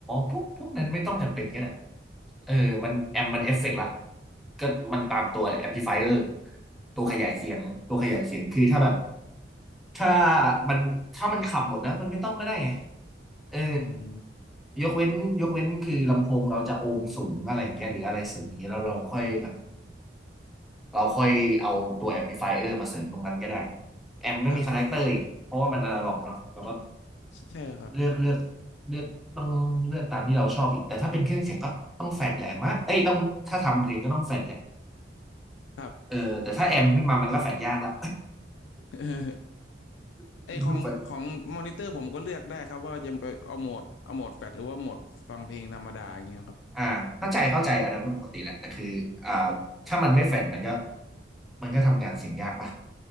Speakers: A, in the centre; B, on the left (about 75°).
A: พวกพวกนั้นไม่ต้องจำเป็นก็ได้เออมันแอมมันเอฟเฟกต์ละก็มันตามตัวแหละแอมพลิฟายเออร์ตัวขยายเสียงตัวขยายเสียงคือถ้าแบบ
B: ครับ
A: ถ้ามันถ้ามันขับหมดแล้วมันไม่ต้องก็ได้ไงเออ
B: อืม
A: ยกเว้นยกเว้นคือลำโพงเราจะโอห์มสูงอะไรอย่างเงี้ยหรืออะไรสูงอย่างเงี้ยเราเราค่อยแบบเราค่อยเอาตัวแอมพลิฟายเออร์มาเสริมตรงนั้นก็ได้แอมก็มีคาแรคเตอร์อีกเพราะว่ามันอนาล็อกเนาะแล้วก็
B: ครับใช่ครับ
A: เลือกเลือกเลือกต้องเลือกตามที่เราชอบอีกแต่ถ้าเป็นเครื่องเสียงก็ต้องแฟดแหลมมะเอ้ยต้องถ้าทำเพลงก็ต้องแฟดแหละ
B: ครับ
A: เออแต่ถ้าแอมขึ้นมามันก็แฟดยากละ
B: <laughs>
A: <laughs>
B: ไอของของมอนิเตอร์ผมก็เลือกได้ครับว่าจะไปเอาโหมดเอาโหมดแฟลชหรือว่าโหมดฟังเพลงธรรมดาอย่างเงี้ยครับ
A: มันก็แฟดอ่าเข้าใจเข้าใจอันนั้นมันปกติแหละแต่คืออ่าถ้ามันไม่แฟดมันก็มันก็ทำงานเสียงยากปะ